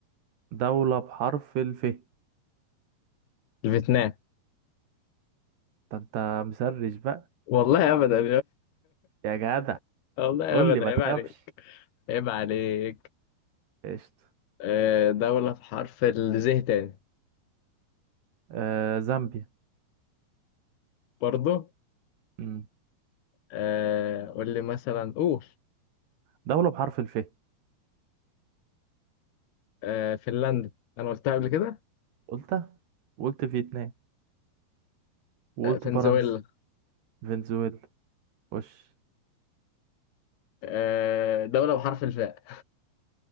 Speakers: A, on the right (about 80°); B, on the left (about 75°).
A: دولة بحرف الف
B: الفيتنام
A: ده انت مسرش بقى
B: والله أبدا
A: يا جدع
B: <laughs> والله
A: قول
B: أبدا
A: لي ما
B: عيب
A: تخافش
B: عليك عيب عليك
A: قشطة
B: آه، دولة بحرف الزه تاني
A: آه زامبيا
B: برضو
A: امم
B: آه، قول لي مثلا قول
A: دولة بحرف الف
B: آه، فنلندا أنا قلتها قبل كده
A: قلتها وقلت فيتنام وقلت
B: آه، فنزويلا
A: فرنسا فنزويلا وش
B: آه، دولة بحرف الفاء